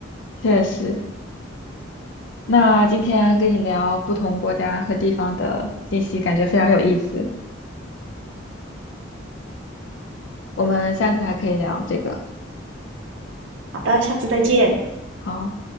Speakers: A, on the left; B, on the right.
A: 确实。那今天跟你聊不同国家和地方的信息，感觉非常有意思。我们下次还可以聊这个。
B: 好的，下次再见。
A: 好。